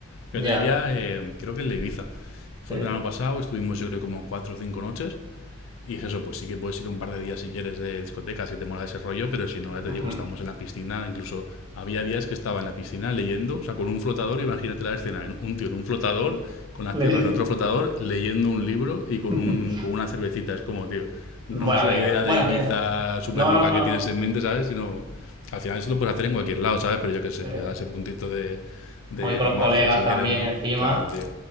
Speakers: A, on the left; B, on the right.
A: Pero
B: Ya.
A: te diría, eh, creo que el de Ibiza. Fue
B: Sí.
A: el verano pasado, estuvimos yo creo como cuatro o cinco noches. Y es eso, pues sí que puedes ir un par de días si quieres de discoteca, si te mola ese rollo, pero si no, ya te
B: Ujú.
A: digo, estamos en la piscina, incluso había días que estaba en la piscina leyendo, o sea, con un flotador, imagínate la escena, un tío en un flotador, con las
B: Le-
A: piernas en otro flotador, leyendo un libro y con,
B: <laughs>
A: un, con una cervecita, es como, tío, no
B: Buena
A: es la
B: vida.
A: idea
B: Buena
A: de Ibiza
B: vida.
A: súper
B: No,
A: loca
B: no, no.
A: que tienes en mente, ¿sabes? Sino, al final eso lo puedes hacer en cualquier lado, ¿sabes? Pero yo qué sé,
B: Eh,
A: le da ese puntito de, de
B: voy con los
A: magia
B: colegas
A: si quieres,
B: también
A: ¿no?
B: encima.
A: Claro, tío.